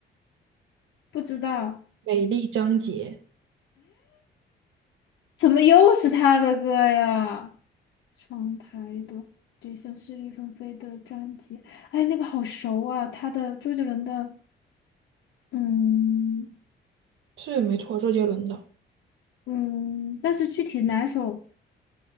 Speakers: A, on the left; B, on the right.
A: 不知道，
B: 美丽章节，
A: 怎么又是他的歌呀？窗台朵，对，像是一纷飞的张杰。哎，那个好熟啊，他的周杰伦的，嗯
B: 是没错，周杰伦的
A: 嗯，但是具体哪首，